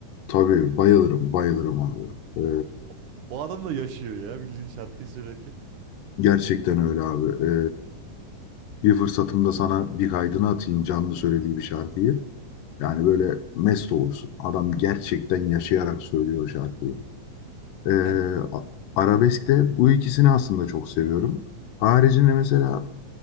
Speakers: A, on the left; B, on the right.
A: Tabii bayılırım bayılırım abi. E,
B: O o adam da yaşıyor ya bildiğin şarkıyı söylerken.
A: gerçekten öyle abi. E, bir fırsatımda sana bir kaydını atayım canlı
B: Hı
A: söylediği
B: hı.
A: bir şarkıyı. Yani böyle mest olursun. Adam gerçekten yaşayarak söylüyor şarkıyı. Ee,
B: Yani
A: a- arabeskte bu ikisini aslında çok seviyorum.
B: Hı hı.
A: Haricinde mesela